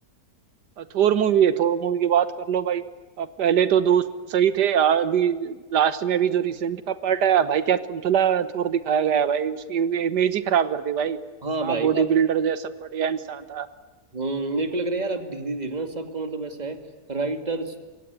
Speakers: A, on the right (about 85°); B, on the right (about 25°).
A: थोर मूवी है थोर मूवी की बात कर लो भाई अब पहले तो दो सही थे अभी लास्ट में अभी जो रिसेंट का पार्ट आया भाई क्या थुलथुला थोर दिखाया गया है भाई उसकी इमेज ही खराब कर दी भाई कहाँ
B: हाँ भाई
A: बॉडी
B: अब
A: बिल्डर जैसा बढ़िया इंसान था
B: हम्म, मेरे को लग रहा है यार अब धीरे धीरे ना सबको मतलब ऐसा है राइटर्स